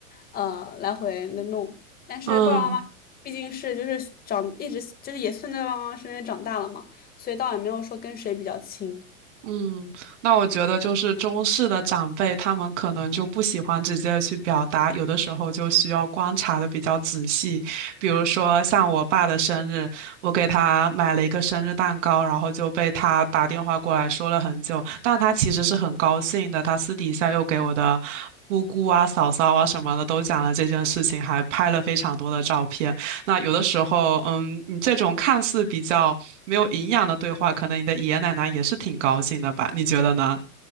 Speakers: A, on the left; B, on the right.
A: 呃，来回的弄。但是爸爸妈妈毕竟是就是长一直就是也算在爸爸妈妈身边长大了嘛，
B: 嗯
A: 所以倒也没有说跟谁比较亲。
B: 嗯，那我觉得就是中式的长辈，他们可能就不喜欢直接去表达，有的时候就需要观察的比较仔细。比如说像我爸的生日，我给他买了一个生日蛋糕，然后就被他打电话过来说了很久，但他其实是很高兴的，他私底下又给我的。姑姑啊、嫂嫂啊什么的都讲了这件事情，还拍了非常多的照片。那有的时候，嗯，你这种看似比较没有营养的对话，可能你的爷爷奶奶也是挺高兴的吧？你觉得呢？